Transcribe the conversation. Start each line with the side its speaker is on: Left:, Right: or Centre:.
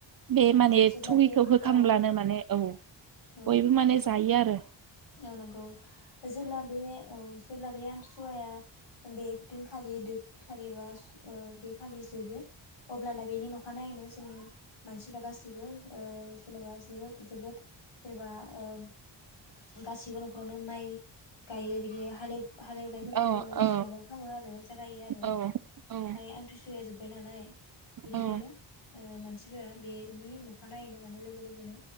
Right: बे
Left: उम
Right: माने
Left: जेब्ला
Right: थगिखौ
Left: बे
Right: होखांब्लानो
Left: औ
Right: माने औ
Left: औ
Right: बयबो माने जायो आरो।
Left: औ नंगौ जेब्ला बे औ जेब्ला बे आमथि सवाया बेदिनखालि दो खालि बा ओ बे खालि जोबो। अब्लाना बेनि नखानायैनो जोंनि मानसिफ्रा गासिबो ओ जेनेबा जोद जोबोद जेनेबा ओम गासिबो न'खरावनो माइ गायो बिदि हालेव हालेवनायफोरखौ
Right: औ
Left: जोङो
Right: औ
Left: माबा खालामो आरो जागायो आरो।
Right: औ औ
Left: माने आमथि सुवाया जोब्बाय नालाय बेनिखायनो
Right: औ
Left: ओ मानसि जाया बेनि नखा नायैनो माने लोगो लोगोनो